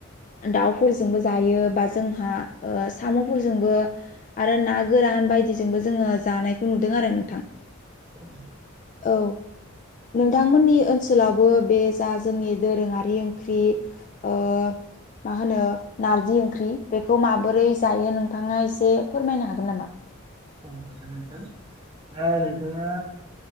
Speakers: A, on the left; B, on the right.
A: दाउफोरजोंबो जायो बा जोंहा ओ साम'फोरजोंबो आरो ना गोरान बायदिजोंबो जोङो जानायखौ नुदों आरो नोंथां
B: औ
A: औ नोंथांमोननि ओनसोलावबो बे जा जोंनि दोरोङारि ओंख्रि ओ मा होनो नारजि ओंख्रि बेखौ माबोरै जायो नोंथांङा एसे फोरमायनो हागोन नामा
B: अ हागोन नोंथां दा नोंथांङा